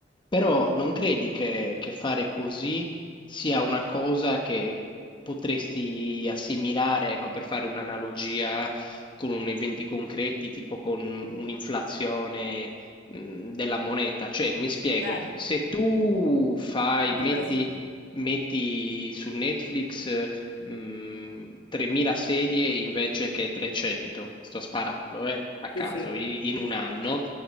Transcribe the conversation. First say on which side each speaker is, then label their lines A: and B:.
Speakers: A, on the left (about 25°); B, on the left (about 70°).
A: Però non credi che, che fare così sia una cosa che potresti assimilare, ecco, per fare un'analogia con eventi concreti, tipo con un'inflazione, mh, della moneta? Cioè, mi spiego,
B: Eh,
A: se tu fai,
B: eh, può
A: metti,
B: essere.
A: metti su Netflix, mh, 3000 serie invece che 300, sto sparando, eh, a caso,
B: Sì, sì,
A: i- in un anno,